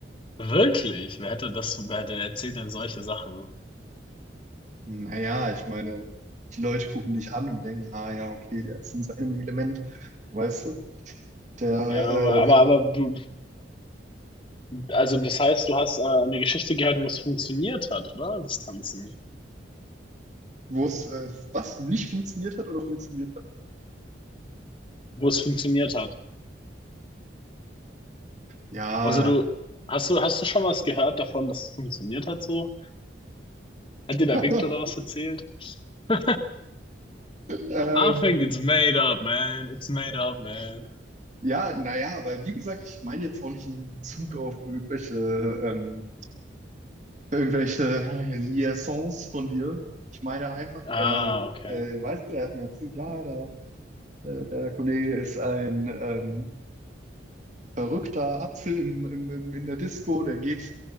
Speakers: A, on the left; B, on the right.
A: wirklich, wer hätte das, wer hätte erzählt denn solche Sachen?
B: Naja, ich meine, die Leute gucken dich an und denken, ah ja, okay, der ist in seinem Element, weißt du? Der,
A: Ja, aber, aber, aber
B: äh,
A: du, Also das heißt, du hast äh, eine Geschichte gehört, wo es funktioniert hat, oder? Das Tanzen.
B: wo es, äh, was nicht funktioniert hat oder funktioniert hat.
A: Wo es funktioniert hat.
B: Ja.
A: Also du, hast du, hast du schon was gehört davon, dass es funktioniert hat so? Hat dir der
B: <laughs>
A: Victor da was erzählt? <laughs> I
B: Ähm,
A: think it's made up, man. It's made up, man.
B: ja, naja, aber wie gesagt, ich meine jetzt auch nicht in Bezug auf irgendwelche, ähm, irgendwelche Liaisons von dir. Ich meine einfach,
A: Ah,
B: er,
A: okay.
B: äh, weißt du, er hat mir erzählt, ja, der, äh, der Kollege ist ein ähm, verrückter Apfel im, im, im, in der Disco, der geht,